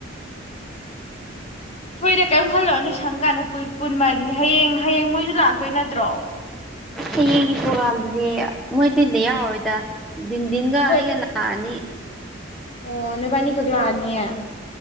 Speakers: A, on the left; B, in the centre.
A: ꯍꫭꯏꯗ ꯀꯔꯤꯝ ꯈꯜꯂꯨꯔꯅꯣ ꯁꯪ ꯀꯥꯟꯗ ꯄꯨꯟꯕ ꯍꯥꯏꯗꯨꯅꯤ ꯍꯌꯦꯡ ꯍꯌꯦꯡ ꯃꯣꯏꯁꯨ ꯂꯥꯛꯇꯣꯏ ꯅꯠꯇ꯭ꯔꯣ
B: ꯍꯌꯦꯡꯒꯤ ꯄ꯭ꯔꯣꯒꯥꯝꯗꯨꯗꯤ ꯃꯣꯏꯇꯩꯤꯟꯗ ꯌꯥꯎꯔꯔꯣꯏꯗ ꯟꯗꯟꯒ
A: ꯑꯩꯈꯣꯏ
B: ꯑꯩꯒꯂꯑꯅꯤ
A: ꯑꯣ ꯅꯣꯏꯕꯥꯅꯤ ꯒꯛꯂꯥꯅꯤꯌꯦ